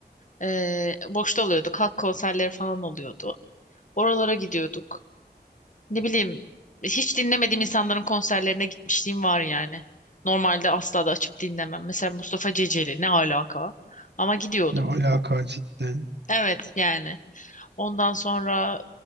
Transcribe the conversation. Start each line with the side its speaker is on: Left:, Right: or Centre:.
Left: e, boşta oluyorduk. Halk konserleri falan oluyordu. Oralara gidiyorduk. Ne bileyim hiç dinlemediğim insanların konserlerine gitmişliğim var yani. Normalde asla da açıp dinlemem. Mesela Mustafa Ceceli ne alaka? Ama gidiyordum.
Right: Ne alaka cidden.
Left: Evet yani. Ondan sonra